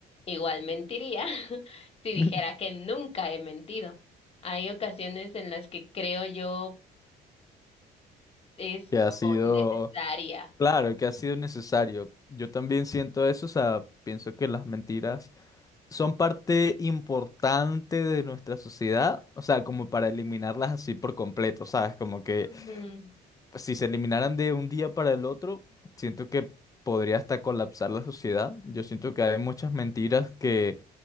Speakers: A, on the left; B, on the left.
A: igual mentiría <laughs> si dijera
B: <laughs>
A: que nunca he mentido. Hay ocasiones en las que creo yo es
B: Que ha
A: como
B: sido,
A: necesaria.
B: claro, que ha sido necesario. Yo también siento eso, o sea, pienso que las mentiras son parte importante de nuestra sociedad, o sea, como para eliminarlas así por completo, ¿sabes? Como que
A: Ujú,
B: si se eliminaran de un día para el otro, siento que podría hasta colapsar la sociedad. Yo siento que hay muchas mentiras que,